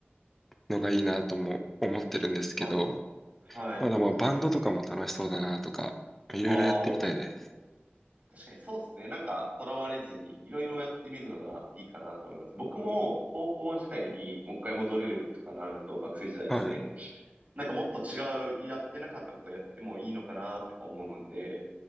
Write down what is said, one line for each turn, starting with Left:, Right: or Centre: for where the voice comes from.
Centre: のがいいなとも思ってるんですけど、
Right: まあ、はい。
Centre: まだまあバンドとかも楽しそうだなとか、
Right: そうっすよね。
Centre: いろいろやってみたいです。
Right: ああ、確かにそうっすね。なんか、とらわれずに、いろいろやってみるのがいいかなと思います。僕も、高校時代にもう一回戻れるとかなると、学生時代ですね。
Centre: はい。
Right: なんかもっと違う、やってなかったことやってもいいのかな、とか思うんで、